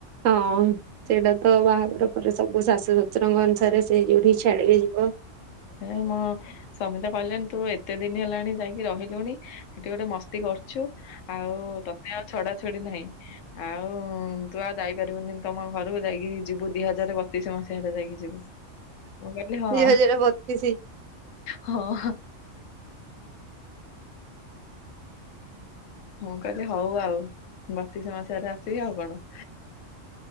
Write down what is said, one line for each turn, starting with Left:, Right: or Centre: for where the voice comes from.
Right: ହଁ ସେଇଟା ତ ବାହାଘର ପରେ ସବୁ ଶାଶୁ ଶଶୁରଙ୍କ ଅନୁସାରେ ସେ ଯୋଉଠିକି ଛାଡିକେ ଯିବ।
Left: ହେ ମ ସ୍ୱାମୀ ତ କହିଲେଣି ତୁ ଏତେ ଦିନ ହେଲାଣି ଯାଇକି ରହିଲୁଣି ସେଠି ଗୋଟେ ମସ୍ତି କରୁଚୁ। ଆଉ ତତେ ଆଉ ଛଡା ଛୁଡି ନାହିଁ। ଆଉ ତୁ ଆଉ ଯାଇପାରିବୁନି ତମ ଘରକୁ ଯାଇକି ଯିବୁ ଦି ହଜାର ବତିଶ ମସିହାରେ ଯାଇକି ଯିବୁ। ମୁଁ କହିଲି ହଁ
Right: ଦି ହଜାର ବତିଶି।
Left: ହଁ। ମୁଁ କହିଲି ହଉ ଆଉ ବତିଶ ମାସରେ ଆସିବି ଆଉ କଣ?